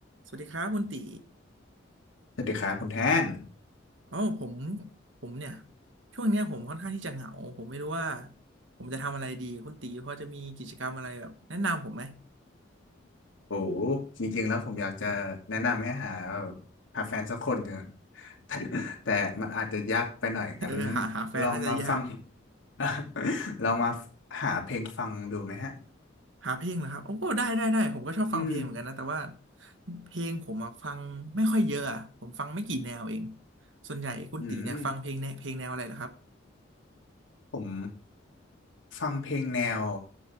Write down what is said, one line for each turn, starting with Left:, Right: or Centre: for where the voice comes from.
Right: สวัสดีครับคุณตี
Left: สวัสดีครับคุณแทน
Right: อ๋อผมผมเนี่ยช่วงเนี้ยผมค่อนข้างที่จะเหงาผมไม่รู้ว่าผมจะทำอะไรดีคุณตีพอจะมีกิจกรรมอะไรแบบแนะนำผมไหม
Left: โอ้โหจริงๆแล้วผมอยากจะแนะนำให้หาหาแฟนสักคนหนึ่ง <laughs> แต่แต่มันอาจจะยากไปหน่อยงั้น
Right: <laughs> เออหาหาแฟนน่าจะยาก
Left: ลองมาฟัง <laughs> ลองมาหาเพลงฟังดูไหมฮะ
Right: หาเพลงเหรอครับโอ้ได้ได้ได้ผมก็ชอบฟังเพลงเหมือนกันนะแต่ว่า
Left: อืม
Right: เพลงผมอะฟังไม่ค่อยเยอะอะผมฟังไม่กี่แนวเองส่วนใหญ่คุณตีเนี่ยฟังเพลงแนวเพลงแนวอะไรเหรอครับ
Left: อืมผมฟังเพลงแนว